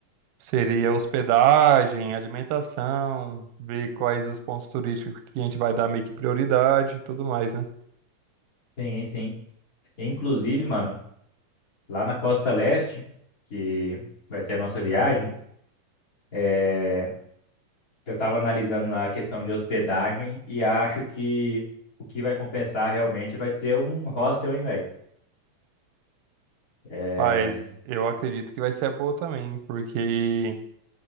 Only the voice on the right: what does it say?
seria hospedagem, alimentação, ver quais os pontos turísticos que a gente vai dar meio que prioridade e tudo mais, né?
Mas eu acredito que vai ser boa também, porque.